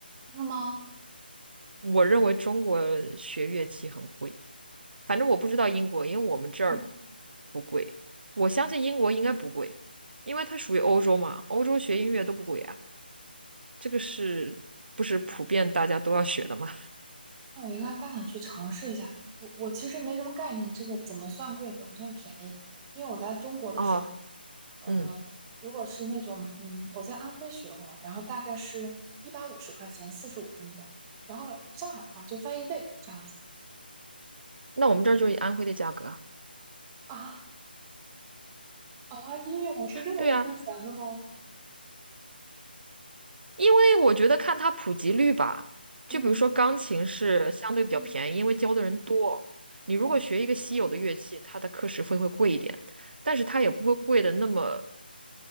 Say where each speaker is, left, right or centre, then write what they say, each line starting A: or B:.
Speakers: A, on the right (about 20°); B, on the right (about 70°).
A: 那么，
B: 我认为中国学乐器很贵，反正我不知道英国，因为我们这儿
A: 嗯
B: 不贵，我相信英国应该不贵，因为它属于欧洲嘛，欧洲学音乐都不贵啊。这个是不是普遍大家都要学的嘛？
A: 那我应该大胆去尝试一下。我我其实没什么概念，这个怎么算贵，怎么算便宜？因为我在中国的时候，
B: 哦，
A: 呃，
B: 嗯，
A: 如果是那种，嗯，我在安徽学过，然后大概是一百五十块钱，四十五分钟。然后上海的话就翻一倍这样子。
B: 那我们这儿就是以安徽的价格啊
A: 啊啊，音乐老师这么不值钱的吗？
B: 对啊，因为我觉得看它普及率吧，
A: 嗯
B: 就比如说钢琴是相对比较便宜，
A: 嗯
B: 因为教的人多。你如果学一个稀有的乐器，
A: 哦
B: 它的课时费会贵一点，但是它也不会贵的那么